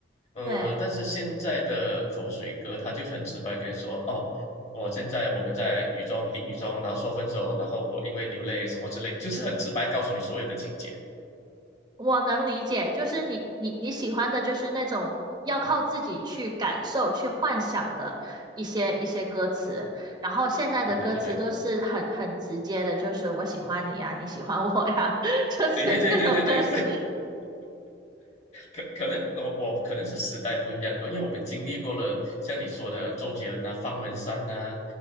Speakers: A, on the left; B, on the right.
A: 呃，
B: 对。
A: 但是现在的口水歌，他就很直白跟你说，哦，我现在我们在雨中淋雨中，然后说分手，然后我因为流泪什么之类，就是很直白告诉你所有的情节。
B: 我能理解，就是你你你喜欢的就是那种要靠自己去感受、去幻想的一些一些歌词，然后现在的歌词都是很很直接的，
A: 对对对对
B: 就是我喜欢你呀，你喜欢我呀，<laughs> 就是这种歌词，
A: 对对对对对，可可能我我可能是时代不一样，因为我们经历过了像你说的周杰伦啊、方文山呐、